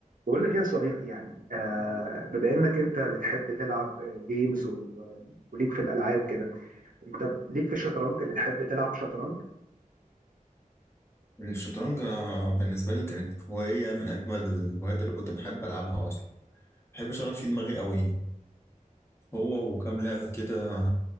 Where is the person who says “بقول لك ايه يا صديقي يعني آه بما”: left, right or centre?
Right